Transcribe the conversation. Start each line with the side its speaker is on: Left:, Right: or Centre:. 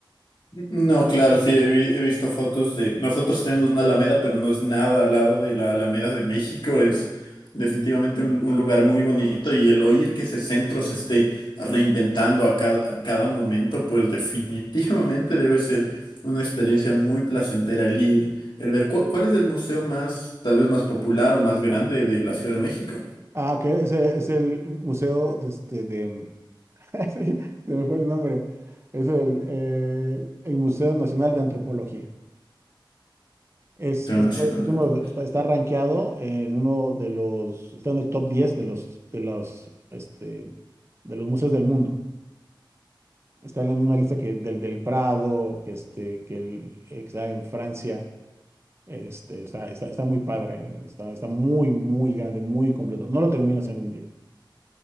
Left: No, claro, sí, he, vi- he visto fotos de... Nosotros tenemos una Alameda, pero no es nada al lado de la Alameda de México. Es definitivamente un, un lugar muy bonito y el oír que ese centro se esté reinventando a cada, a cada momento, pues definitivamente debe ser una experiencia muy placentera el ir, el ver cu- cuál es el museo más, tal vez más popular o más grande de la Ciudad de México,
Right: Ah, que ese es el museo de este de. <laughs> Sí, se me fue el nombre. Es el, eh, el Museo Nacional de Antropología. Es,
Left: Museo
Right: es-
Left: Nacional
Right: es
Left: de
Right: uno
Left: Antropología.
Right: de- está, está rankeado en uno de los, está en el top 10 de los, de los, este, de los museos del mundo. Está en la misma lista que del del Prado, que este, que el, eh, que está en Francia. Este, está, está, está muy padre, está, está muy, muy grande, muy completo. No lo terminas en un día.